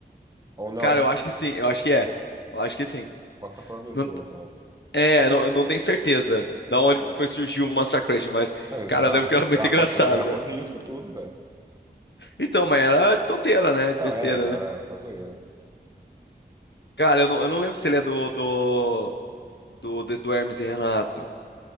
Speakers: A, on the right; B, on the left.
A: Ou não?
B: Cara, eu acho que sim. Eu acho que é. Eu acho que sim.
A: Eu posso estar falando besteira
B: Não-
A: também.
B: é, não, eu não tenho certeza da onde
A: Eu-
B: que foi surgiu o Massacration, mas,
A: Mas ele
B: cara,
A: grava-
B: eu lembro que era muito
A: gravou,
B: <laughs> engraçado,
A: ele gravou
B: velho.
A: disco tudo, velho.
B: Então, mas era tonteira, né?
A: Não,
B: De besteira,
A: é, era,
B: né?
A: era só zoeira.
B: Cara, eu não, eu não lembro se ele é do, do, do, do Hermes e Renato.